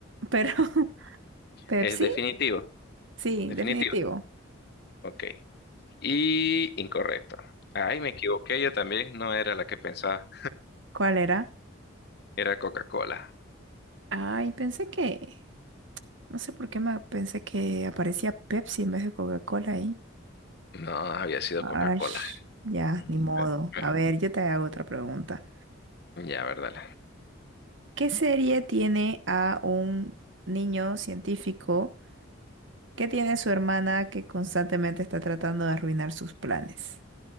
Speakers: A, on the right (about 65°); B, on the left (about 50°).
A: Pero, <laughs> ¿Pepsi?
B: Es definitivo.
A: Sí,
B: Definitivo.
A: definitivo.
B: Ok. Y incorrecto. Ay, me equivoqué. Yo también no era la que pensaba.
A: ¿Cuál era?
B: Era Coca-Cola.
A: Ay, pensé que, no sé por qué me pensé que aparecía Pepsi en vez de Coca-Cola ahí.
B: No, había sido
A: Ay,
B: Coca-Cola.
A: ya,
B: Mm,
A: ni modo. A
B: eh,
A: ver, yo te hago otra pregunta.
B: Ya, verdad.
A: ¿Qué serie tiene a un niño científico que tiene su hermana que constantemente está tratando de arruinar sus planes?